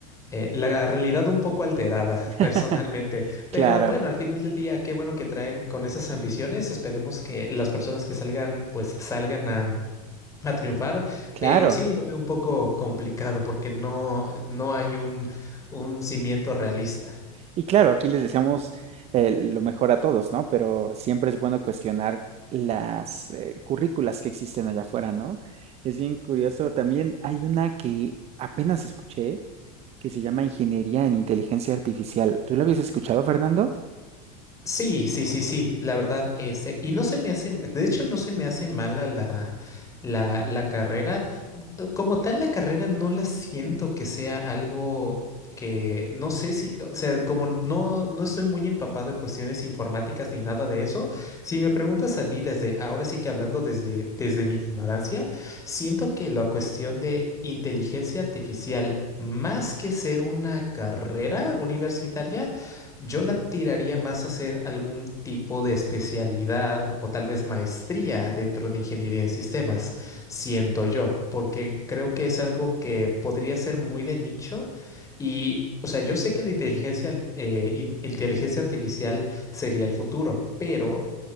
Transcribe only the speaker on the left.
eh, la realidad un poco alterada,
<laughs> personalmente. Pero
bueno, al final del día, qué bueno que traen con esas ambiciones. Esperemos que las personas que salgan, pues salgan a, a triunfar.
Pero sí, lo veo un poco complicado porque no, no hay un, un cimiento realista.
Sí, sí, sí, sí, la verdad, este, y no se me hace, de hecho no se me hace mala la, la, la carrera, eh, como tal la carrera no la siento que sea algo que, no sé si, o sea, como no, no estoy muy empapado en cuestiones informáticas ni nada de eso, si me preguntas a mí desde, ahora sí que hablando desde, desde mi ignorancia, siento que la cuestión de inteligencia artificial, más que ser una carrera universitaria, yo la tiraría más a hacer algún tipo de especialidad o tal vez maestría dentro de ingeniería en sistemas, siento yo, porque creo que es algo que podría ser muy de nicho y, o sea, yo sé que la inteligencia, al- eh, in- inteligencia artificial sería el futuro, pero